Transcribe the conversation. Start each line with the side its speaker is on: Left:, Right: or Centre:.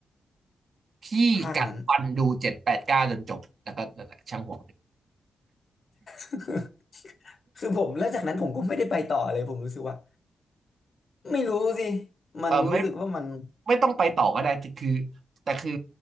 Right: พี่กัดฟันดูเจ็ดแปดเก้าจนจบแล้วก็นั่นแหละช่างหัวมัน
Left: ภาคนั้น <laughs> คือผมแล้วจากนั้นผมก็ไม่ได้ไปต่อเลยผมรู้สึกว่าไม่รู้สิมันรู้สึกว่ามัน
Right: เออไม่ไม่ต้องไปต่อก็ได้แต่คือแต่คือ